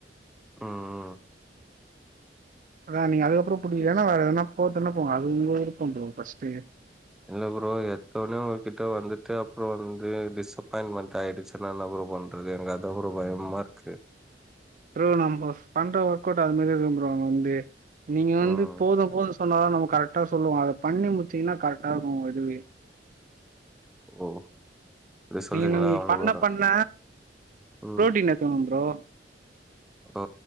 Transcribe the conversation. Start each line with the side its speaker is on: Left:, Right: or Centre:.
Centre: ம் ம்
Right: வேன் நீ அதுக்கப்றோ புடிக்கிலன்னா வேற் என்னன்னா போர்துன்னா போங்க அது உங்க விருப்பம் ப்ரோ ஃபஸ்ட்டே
Centre: இல்ல ப்ரோ எத்தவுனே உன்கிட்ட வந்துட்டு அப்றோ வந்து டிஸ் அப்பாய்ண்மெண் தாய்ரி ச்சுல்லாலா ப்ரோ பண்றது எங்கு அதா ப்ரோ பயமா இருக்கு
Right: ட்ரோ நம்பஃப் பண்ற ஒர்க் அவுட் அது மாதிரி விரும்ப்றோ அங்க வந்து நீங்க வந்து
Centre: ம்
Right: போது போது பண்ணா நம்ம கரக்டா சொல்லுவோ அத பண்ணி முச்சிங்னா கரக்டா இர்க்கு எதுவே
Centre: ஓ இப்டி சொல்றீங்களா
Right: நீ நாங்கு
Centre: அவங்களோட
Right: பண்ண பண்ண
Centre: ம்
Right: ப்ரோட்டீனர் கெம் ப்ரோ
Centre: ஓ